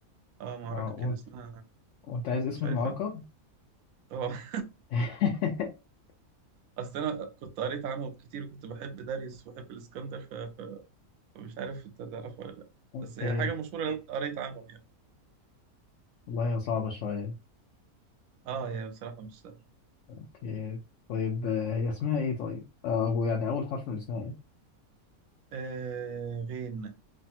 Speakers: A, on the right; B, on the left.
A: آه معركة
B: اه
A: كده
B: وانت
A: اسمها
B: وانت عايز اسم
A: مش عارفها
B: المعركة
A: آه <laughs>
B: <laughs>
A: أصل أنا كنت قريت عنهم كتير وكنت بحب داريوس وبحب الإسكندر ف... ف... فمش عارف أنت تعرفها ولا لأ
B: اوكي
A: بس هي حاجة مشهورة لو أنت قريت عنهم يعني
B: والله هي صعبة شوية
A: آه يا بصراحة مش سهل
B: اوكي طيب آه، هي اسمها ايه طيب؟ آه، أبو يعني أول حرف من اسمها ايه؟
A: آه غين